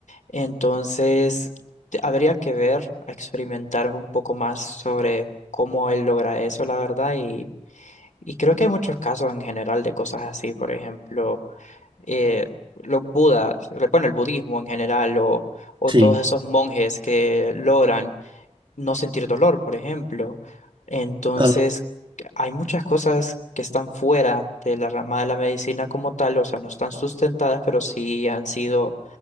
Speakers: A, on the left; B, on the right.
A: Entonces, te- habría que ver, a experimentar un poco más sobre cómo él logra eso, la verdad, y, y creo que hay muchos casos en general de cosas así, por ejemplo. eh, los budas, bueno, el budismo en general, o, o
B: sí,
A: todos esos monjes que logran no sentir dolor, por ejemplo. Entonces,
B: Ah, no.
A: hay muchas cosas que están fuera de la rama de la medicina como tal, o sea, no están sustentadas, pero sí han sido,